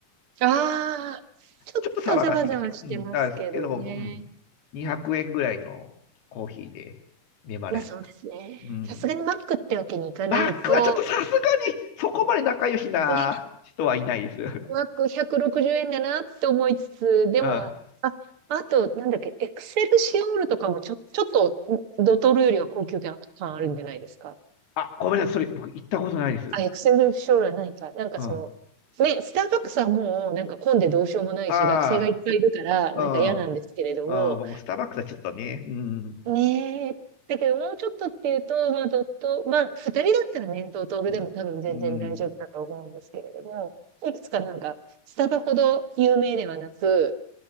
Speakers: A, on the right; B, on the left.
A: ああ、ちょっとざわざわしてますけどね。
B: ちょっと騒がしいですけど。うん。だですけど、うん。200円ぐらいのコーヒーで眠れる。
A: まあそうですね。
B: うん。
A: さすがにマックってわけにいかないと、
B: マックはちょっとさすがに、そこまで仲良しな人はいないです。
A: ね、
B: <laughs>
A: マック160円だなって思いつつ、でも、
B: うん。
A: あ、あと、なんだっけ、エクセルシオールとかもちょ、ちょっと、ドトールよりは高級感あるんじゃないですか。
B: あ、ごめんなさい。それ、僕行ったことないです。
A: あ、エクセル将来ないか。なんかその、
B: うん。あ
A: ね、スターバックスはもう、なんか混んでどうしようもないし、
B: あ、
A: 学生がいっぱいいるから、
B: うん、
A: なんか嫌なんですけれども、
B: ああ、僕もスターバックスはちょっとね、うん、
A: ねえ、だけどもうちょっとっていうと、まあ、ドット、まあ、二人だったらね、ドトールでも多分全然大丈夫だと思うんですけれども、
B: うん、うん。
A: いくつかなんか、スタバほど有名ではなく、